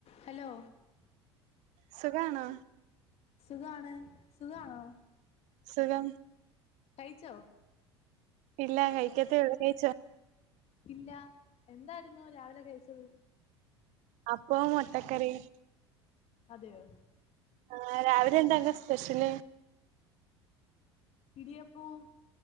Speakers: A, on the left; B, on the right.
A: Hello
B: സുഖാണോ
A: സുഖാണ് സുഖാണോ
B: സുഖം
A: കഴിച്ചോ
B: ഇല്ല കഴിക്കത്തെയുള്ളു നീ കയിച്ചോ
A: ഇല്ല എന്തായിരുന്നു രാവിലെ കഴിച്ചത്
B: അപ്പവും മൊട്ടക്കറിയും
A: അതെയോ
B: ആ രാവിലെ എന്താ അനക്ക് സ്പെഷ്യല്
A: ഇടിയപ്പവും